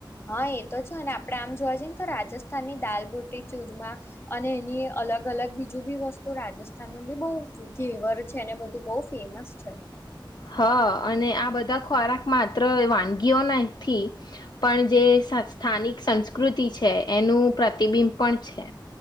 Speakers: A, on the left (about 30°); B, on the left (about 55°).
A: હા એ તો છે અને આપણે આમ જોવા જઈએ ને તો રાજસ્થાનની દાલબુટી ચૂરમા અને એની અલગ અલગ બીજું બી વસ્તુ રાજસ્થાનનું બી બહુ ઘેવર છે અને બધું બહુ ફેમસ છે.
B: હં અને આ બધા ખોરાક માત્ર વાનગીઓ નથી પણ જે સા સ્થાનિક સંસ્કૃતિ છે એનું પ્રતિબિંબ પણ છે.